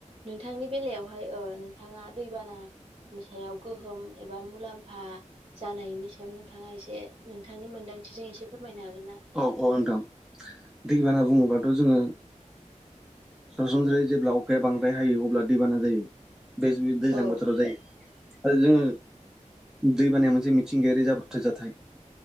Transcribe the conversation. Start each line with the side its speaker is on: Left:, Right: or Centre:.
Right: नोंथांनि बेलायावहाय ओ नोंथाङा दैबाना नि सायाव गोहोम एबा मुलाम्फा जानायनि सायाव नोंथाङा एसे नोंथांनि मोन्दांथिजों एसे फोरमायनो हागोन ना?
Centre: अ नोंथां दैबाना बुङोबाथ' जोङो सरासनस्रायै जेब्ला अखाया बांद्राय हायो अब्ला दैबाना जायो। बेज बि दैज्लां
Right: औ
Centre: बोथोराव जायो आरो जोङो दैबानाया मोनसे मिथिंगायारि जाब्रबथाय जाथाय।